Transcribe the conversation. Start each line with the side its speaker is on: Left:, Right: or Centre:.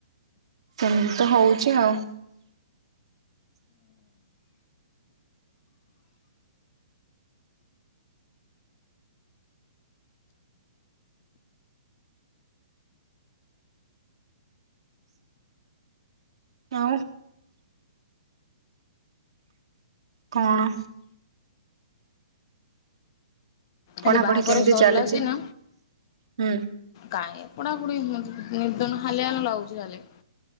Right: ସେମିତି ତ ହଉଛି ଆଉ। ଆଉ। କଣ? ପଢାପଢି
Left: ଏଠି ବାହାଘର
Right: କେମିତି
Left: ସରିଲା
Right: ଚାଲିଛି?
Left: ସିନା,
Right: ହୁଁ
Left: କାଇଁ? ପଢ଼ାପୁଢ଼ି ହୁଅନ୍ତୁ। ନିଦ ନ ହାଲିଆ ହାଲିଆ ଲାଗୁଛି ଖାଲି।